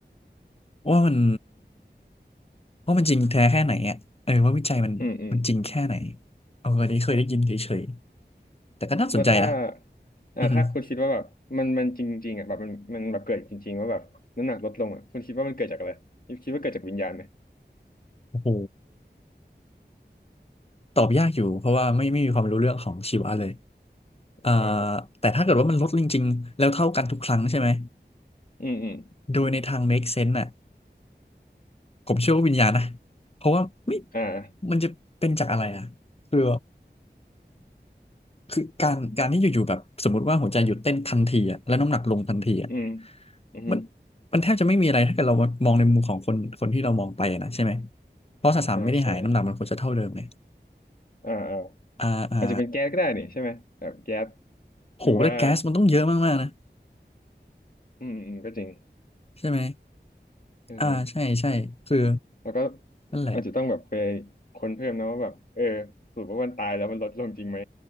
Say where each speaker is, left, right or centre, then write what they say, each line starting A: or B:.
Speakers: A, on the left; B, on the left.
A: ว่ามันว่ามันจริงแท้แค่ไหนอ่ะเออว่าวิจัยมันมันจริงแค่ไหน
B: อืมอืม
A: เอออันนี้เคยได้ยินเฉยๆแต่ก็น่าสนใจนะ
B: แล้วถ้าอ่าถ้าคุณคิดว่าแบบมันมันจริงๆอ่ะแบบมันมันแบบเกิดจริงๆว่าแบบน้ำหนักลดลงอ่ะคุณคิดว่ามันเกิดจากอะไร
A: อือฮึ
B: คิดว่าเกิดจากวิญญาณไหม
A: โอ้โหตอบยากอยู่เพราะว่าไม่ไม่มีความรู้เรื่องของชีวะเลย
B: อ่า
A: อ่าแต่ถ้าเกิดว่ามันลดจริงๆแล้วเท่ากันทุกครั้งใช่ไหม
B: อืมอืม
A: โดยในทาง make sense น่ะผมเชื่อว่าวิญญาณนะเพราะว่าไม่
B: อ่า
A: มันจะเป็นจากอะไรอ่ะคือคือการการที่อยู่ๆแบบสมมติว่าหัวใจหยุดเต้นทันทีอ่ะแล้วน้ำหนักลงทันทีอ่ะ
B: อืมอืม
A: มันมันแทบจะไม่มีอะไรถ้าเกิดเรามองในมุมของคนคนที่เรามองไปอะนะใช่ไหมเพราะสสารไม่ได้หายน้ำหนักมันควรจะเท่าเดิมเลย
B: ใช่ใช่อ่าอ่า
A: อ่าอ่า
B: อาจจะเป็นแก๊สก็ได้นี่ใช่ไหมแบบแก๊ส
A: โหแล้วแก๊สมันต้องเยอะมากๆนะ
B: หรือว่าอืมอืมก็จริง
A: ใช่ไหม
B: เออ
A: อ่าใช่ใช่คือ
B: แล้วก็
A: นั่นแหละ
B: มันจะต้องแบบไปค้นเพิ่มนะว่าแบบเออสรุปว่ามันตายแล้วมันลดลงจริงไหม